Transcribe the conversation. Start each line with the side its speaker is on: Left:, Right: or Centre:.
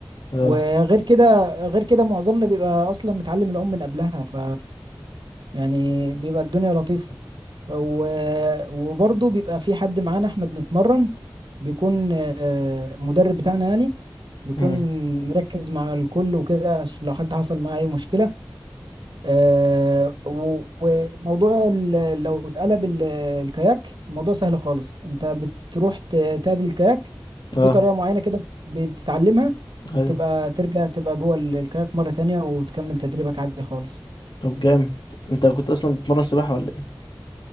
Left: اه
Right: وغير كده غير كده معظمنا بيبقى اصلا متعلم العوم من قبلها ف يعني بيبقى الدنيا لطيفة و... وبرضه بيبقى في حد معانا احنا بنتمرن بيكون آه، مدرب بتاعنا يعني بيكون
Left: مم.
Right: مركز مع الكل وكده عشان لو حد حصل معاه اي مشكلة آه، و- وموضوع ال- لو اتقلب ال- الكاياك الموضوع سهل خالص انت بتروح ت- تعدل الكاياك
Left: اه
Right: في طريقة معينة كده بتتعلمها
Left: ايوه
Right: تبقى ترجع تبقى جوه ال- الكاياك مرة تانية وتكمل تدريبك عادي خالص
Left: طب جامد انت كنت اصلا بتتمرن سباحة ولا ايه